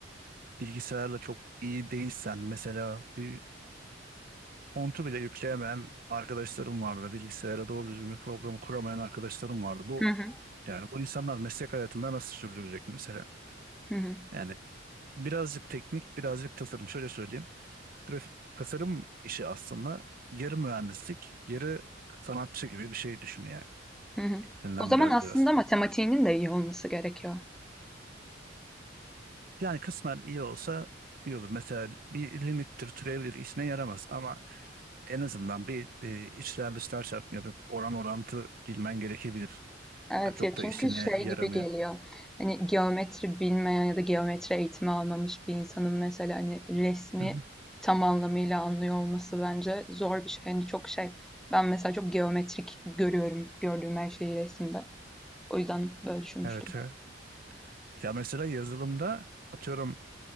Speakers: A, on the right (about 50°); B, in the centre.
A: bilgisayarla çok iyi değilsen mesela bir fontu bile yükleyemeyen arkadaşlarım vardı. Bilgisayara doğru düzgün bir programı kuramayan arkadaşlarım vardı. Bu
B: hı hı,
A: yani bu insanlar meslek hayatında nasıl sürdürecek mesela?
B: hı hı,
A: Yani Birazcık teknik, birazcık tasarım. Şöyle söyleyeyim. Grafik tasarım işi aslında yarı mühendislik, yarı sanatçı gibi bir şey düşün yani.
B: hı hı.
A: Elinden
B: O zaman
A: biraz
B: aslında
A: biraz.
B: matematiğinin de iyi olması gerekiyor.
A: Yani kısmen iyi olsa iyi olur. Mesela bir limittir, türevdir işine yaramaz ama en azından bir e, içler dışlar çarpımı yapıp oran orantı bilmen gerekebilir.
B: Evet
A: Yani çok
B: ya çünkü
A: da işine
B: şey
A: yaramıyor.
B: gibi geliyor. Hani geometri bilmeyen ya da geometri eğitimi almamış bir insanın mesela hani resmi
A: Hı hı.
B: tam anlamıyla anlıyor olması bence zor bir şey. Hani çok şey. Ben mesela çok geometrik görüyorum gördüğüm her şeyi resimde. O yüzden böyle düşünmüştüm.
A: Evet. evet. Ya mesela yazılımda atıyorum